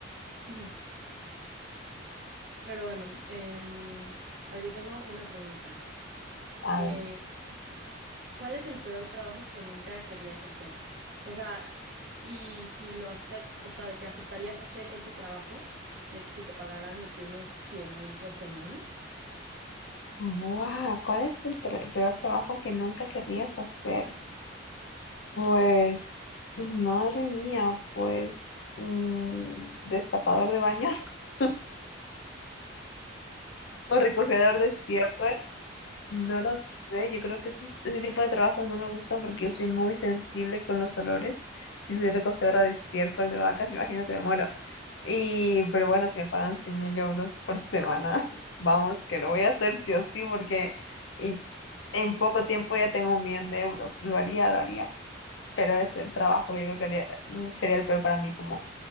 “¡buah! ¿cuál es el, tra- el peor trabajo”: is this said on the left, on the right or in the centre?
Left